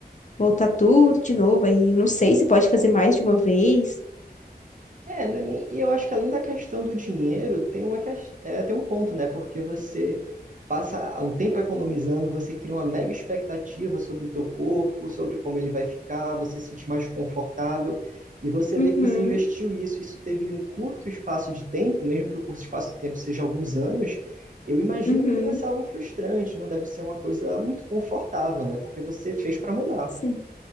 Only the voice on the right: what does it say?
É, né, nem- e eu acho que além da questão do dinheiro, tem uma ques- é, tem um ponto, né? Porque você passa um tempo economizando, você cria uma mega expectativa sobre o teu corpo, sobre como ele vai ficar, você se sentir mais confortável, e você
vê que você investiu isso, isso teve um curto espaço de tempo, mesmo que o curto espaço de tempo seja alguns anos, eu imagino
que deve ser algo frustrante, não deve ser uma coisa muito confortável, né? Porque você fez para mudar.